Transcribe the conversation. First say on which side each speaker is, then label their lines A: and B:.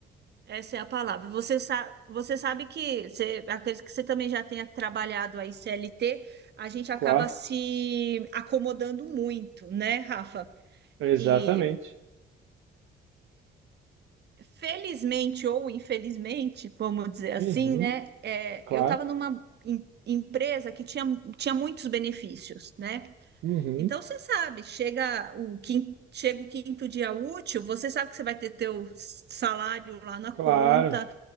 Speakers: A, on the right (about 55°); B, on the right (about 80°).
A: essa é a palavra. Você sabe, você sabe que, você, acredito que você também já tenha trabalhado aí CLT, a gente acaba
B: claro,
A: se acomodando muito, né, Rafa?
B: exatamente,
A: E Felizmente ou infelizmente, vamos dizer assim,
B: uhum,
A: né? é,
B: claro,
A: eu estava numa em- empresa que tinha, tinha muitos benefícios, né?
B: uhum,
A: Então você sabe, chega o quinto, chega o quinto dia útil, você sabe que você vai ter teu salário lá na
B: claro,
A: conta,